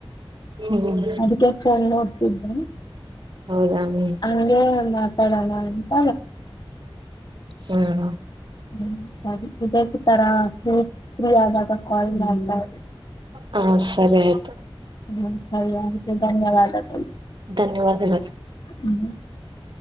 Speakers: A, on the right (about 55°); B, on the left (about 45°).
A: ಹ್ಮ್
B: ಅದಕ್ಕೆ ಚಲ್ <unintelligible>
A: ಹೌದಾ ಹ್ಮ್
B: <unintelligible> ಮಾತಡಣಂತ
A: ಹಾ
B: ಹ್ಮ್ ಸರಿ ಇದೇತರ ಫ್ರೀ ಆದಾಗ ಕಾಲ್ ಮಾಡ್ತಾ
A: ಹಾ ಸರಿ ಆಯ್ತು
B: ಇರಿ ಸರಿ ಹಾಗಿದ್ರೆ ಧನ್ಯವಾದದ
A: ಧನ್ಯವಾದಗಳು
B: ಹ್ಮ